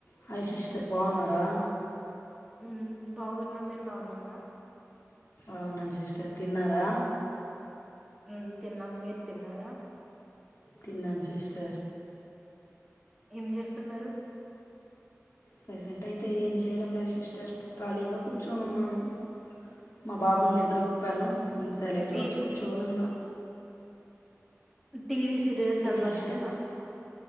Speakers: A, on the left (about 60°); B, in the centre.
A: Hi sister బాన్నారా
B: హ్మ్ బాగున్న మీరు బాన్నారా
A: అవునా సిస్టర్ తిన్నారా
B: ఉమ్ తిన్నాం మీరు తిన్నారా
A: తిన్నాన్ సిస్టర్
B: ఏం చేస్తున్నారు
A: ప్రజెంట్ అయితే ఏం చేయడం లేదు సిస్టర్ ఖాళీగా కూర్చొనున్నాను మా బాబుని నిద్ర గుప్పాను సైలెంట్గా
B: టీ
A: వచ్చి కూర్చోనున్న
B: టీవీ సీరియల్స్
A: ఏంటి
B: అలవట్లేదా
A: సిస్టర్